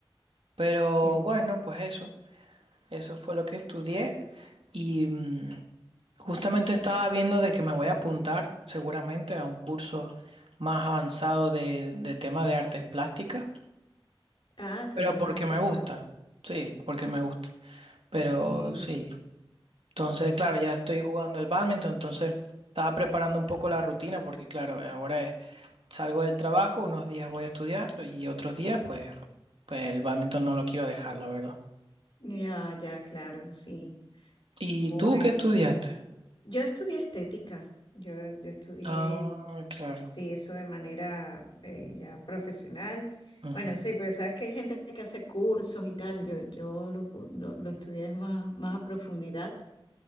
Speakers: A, on the right; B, on the left.
A: Pero
B: tiene-
A: bueno, pues eso. Eso fue lo que estudié y mm, justamente estaba viendo de que me voy a apuntar seguramente a un curso más avanzado de, de tema de artes plásticas,
B: Ah, también
A: pero porque
B: es muy interesante.
A: me gusta, sí, porque me gusta, pero
B: Bien,
A: sí. Entonces, claro, ya estoy jugando al bádminton, entonces estaba preparando un poco la rutina porque, claro, ahora es- salgo del trabajo, unos días voy a estudiar y otros días, pues, pues el bádminton no lo quiero dejar, la verdad.
B: ya, ya, claro, sí.
A: ¿Y
B: Bueno,
A: tú qué estudiaste?
B: yo estudié estética, yo, yo estudié...
A: Ah, claro.
B: Sí, eso de manera eh, ya profesional.
A: Ujú,
B: Bueno, sí, porque sabes que hay gente que hace cursos y tal. Yo, yo lo, pu- lo, lo estudié más, más a profundidad,